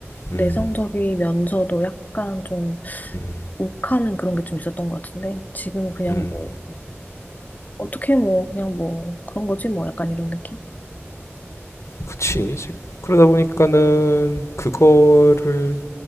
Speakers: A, on the left; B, on the left.
A: 음,
B: 내성적이면서도 약간 좀
A: 음,
B: 욱하는 그런 게 좀 있었던 것 같은데 지금은 그냥
A: 음.
B: 뭐 어떻게 뭐 그냥 뭐 그런 거지 뭐 약간 이런 느낌?
A: 그치. 이제 그러다 보니까는 그거를